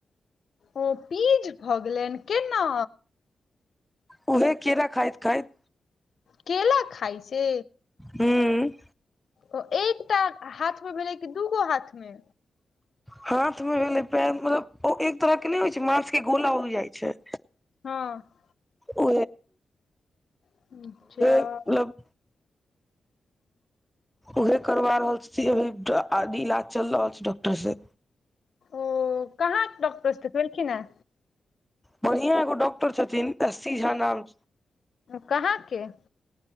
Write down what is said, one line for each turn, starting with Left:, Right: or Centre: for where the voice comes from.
Left: ओ पीज भऽ गेलनि केना
Centre: उहे केरा खाइत खाइत
Left: केला खाइ से
Centre: हूँ
Left: ओ एकटा हाथ मे भेलै कि दूगो हाथ मे
Centre: हाथ मे भेलै पैर मतलब ओ एक तरह केँ नहि होइ छै मास केँ गोला उग जाइ छै
Left: ह
Centre: ओ
Left: <unintelligible>
Centre: मतलब उहे करवा रहल छी अभी इलाज चल रहल छै। डॉक्टर से
Left: ओ कहाँ डॉक्टर सँ देख भेलखि है
Centre: बढ़िआ एगो डॉक्टर छथिन एसी झा नाम
Left: कहाँकेँ